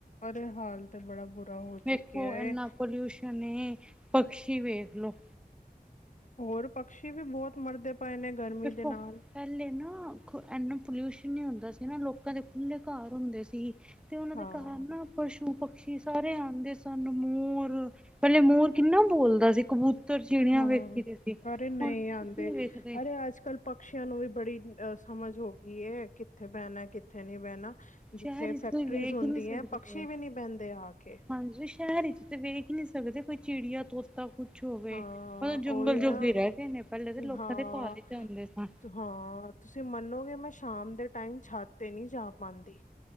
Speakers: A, on the left; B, in the centre.
A: ਅਰੇ, ਹਾਲ ਤੇ ਬੜਾ ਬੁਰਾ ਹੋ
B: ਵੇਖੋ
A: ਚੁੱਕਿਆ ਹੈ
B: ਇਨਾ ਪੋਲਿਊਸ਼ਨ ਏ, ਪਸ਼ੀ ਵੇਖਲੋ?
A: ਹੋਰ ਪਕਸ਼ੀ ਵੀ ਬਹੁਤ ਮਰਦੇ ਪਏ ਨੇ ਗਰਮੀ
B: ਦੇਖੋ,
A: ਦੇ ਨਾਲ
B: ਪਹਿਲੇ ਨਾ ਇਹਨਾ ਪੋਲਿਊਸ਼ਨ ਨਹੀਂ ਹੁੰਦਾ ਸੀ ਨਾ। ਲੋਕਾਂ ਦੇ ਖੁੱਲੇ ਘਰ ਹੁੰਦੇ ਸੀ। ਤੇ ਉਹਨਾਂ
A: ਹਾਂ
B: ਦੇ ਘਰ ਨਾ ਪਸ਼ੂ- ਪਕਸ਼ੀ ਸਾਰੇ ਆਉਂਦੇ ਸਨ। ਮੋਰ! ਪਹਿਲੇ ਮੋਰ ਕਿੰਨਾ ਬੋਲਦਾ ਸੀ। ਕਬੂਤਰ ਚਿੜੀਆਂ
A: ਹਮ!
B: ਵੇਖੀ ਦੀ ਸੀ।
A: ਅਰੇ ਨਹੀਂ
B: ਹੁਣ
A: ਆਉਂਦੇ।
B: ਕੁਛ ਨੀ ਵੇਖਦੇ
A: ਅਰੇ ਅੱਜ ਅੱਜ ਕੱਲ੍ਹ ਪਕਸ਼ੀਆਂ ਨੂੰ ਵੀ ਬੜੀ ਅ ਸਮਝ ਹੋ ਗਈ ਹੈ। ਕਿੱਥੇ ਬਹਿਣਾ! ਕਿੱਥੇ ਨਹੀਂ ਬਹਿਣਾ। ਜਿੱਥੇ
B: ਸ਼ਹਿਰ ਵਿੱਚ
A: ਫੈਕਟਰੀਜ਼
B: ਕੋਈ ਵੇਖ
A: ਹੁੰਦੀ
B: ਹੀ ਨਹੀਂ ਸਕਦੇ
A: ਹੈ। ਪਕਸ਼ੀ
B: ਪਏ।
A: ਵੀ ਨੀ ਬੈਂਦੇ ਆਕੇ।
B: ਹਾਂਜੀ ਸ਼ਹਿਰ ਵਿਚ ਤੇ ਵੇਖ ਹੀ ਨਹੀਂ ਸਕਦੇ। ਕੋਈ ਚਿੜੀਆਂ, ਤੋਤਾ। ਕੁਛ ਹੋਵੇ।
A: ਹਾਂ
B: ਜੰਗਲ
A: ਉਹੀ ਨਾ
B: ਜੋਗੀ ਰਹਿ ਗਏ ਨੇ। ਪਹਿਲੇ ਤੇ ਲੋਕਾਂ
A: ਹਾਂ,
B: ਦੇ ਘਰ ਹੀ ਜਾਂਦੇ ਸਨ।
A: ਤੁ- ਹਾਂ ਤੁਸੀਂ ਮੰਨੋਗੇ। ਮੈਂ ਸ਼ਾਮ ਦੇ ਟਾਈਮ ਛੱਤ ਤੇ ਨਹੀਂ ਜਾ ਪਾਉਂਦੀ।